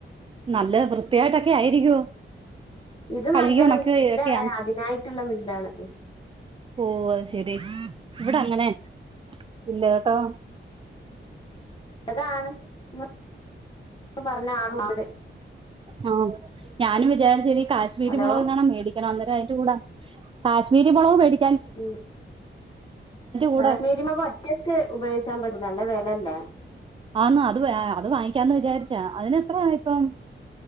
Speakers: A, on the right; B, on the left.
A: നല്ലത് വൃത്തിയായിട്ടൊക്കെ ആയിരിക്കുവോ
B: ഇത് നല്ലതല്ലേ
A: കഴുകി ഉണക്കി
B: മില്ലാണ്
A: ഒക്കെയാണ്
B: അതിനായ്ട്ട്ള്ള മി താണത്
A: ഓ അത്ശരി ഇവിടെ അങ്ങനെ ഇല്ല കെ ട്ടോ
B: താണ് പ്പ പറഞ്ഞ ആറ് മാട്
A: ആ ഞാനും വിചാരിച്ചത് കാശ്മീരി
B: ഹലോ
A: മുളകെങ്ങാണും മേടി ക്കണം അന്നേരം അയ്ന്റെ കൂടെ കാശ്മീരി മൊളക് മേടി
B: ഉ
A: കൂടെ
B: കശ്മീരിമൊളക് ഒറ്റക്ക് ഉപയോഗിച്ചാൻ പറ്റൂല നല്ല വെലല്ലേ
A: ആന്നും അത് അത് വാങ്ങിക്കാന്ന് വിചാരിച്ചാ അതിന് എത്രയാ ഇപ്പം